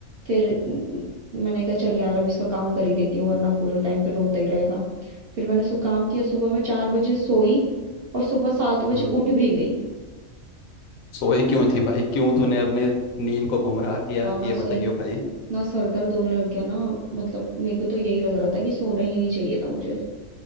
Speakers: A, on the right (about 55°); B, on the left (about 75°).
A: फिर न- मैंने कहा चल यार अब इसका काम कर ही देती हूँ वरना पूरा टाइम पे रोता ही रहेगा फिर मैंने उसको काम किया सुबह में चार बजे सोई और सुबह सात बजे
B: हम्म
A: उठ भी गई
B: सोई क्यों थी भाई क्यों तूने अपने नींद को गुमराह किया
A: यार
B: ये
A: सही
B: बताइयो
A: में
B: भाई
A: इतना सर दर्द होने लग गया ना मतलब मेरे को तो यही लग रहा था कि सोना ही नहीं चाहिए था मुझे